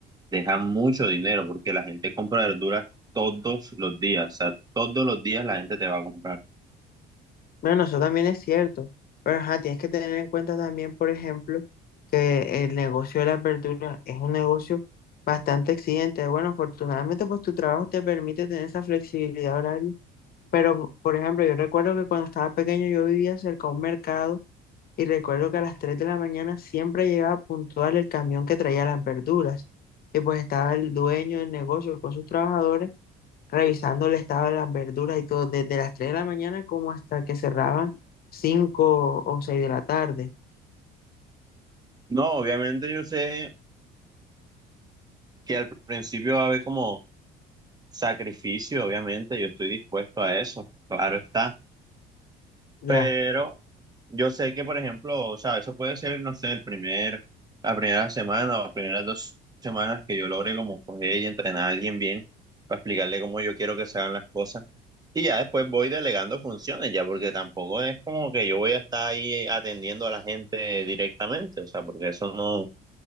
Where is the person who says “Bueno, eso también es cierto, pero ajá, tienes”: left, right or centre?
Left